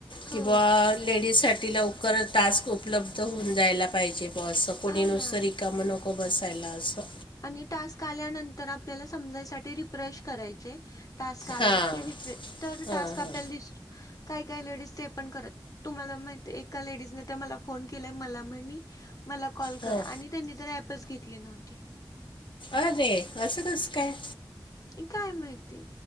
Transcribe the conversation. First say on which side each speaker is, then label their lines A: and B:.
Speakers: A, on the left (about 45°); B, on the left (about 70°).
A: हो
B: कि बुवा लेडीज साठी लवकर टास्क उपलब्ध होऊन द्यायला पाहिजे. असं कोणी
A: हा ना
B: नुसत रिकाम नको बसायला आसं.
A: आणि टास्क आल्यानंतर आपल्याला समजायसाठी रिफ्रेश करायचे. टास्क आलं
B: हां
A: की रिप्रे तर
B: हां
A: टास्क आपल्याला
B: हां
A: दिसतो. काय काय लेडीज ते पण करत तुम्हाला माहिते आहे एका लेडीजने त मला फोन केला मला म्हणी मला कॉल
B: हां
A: करा आणि त्यांनी त ॲपच घेतली नव्हती.
B: अरे असं कसं काय?
A: काय माहिती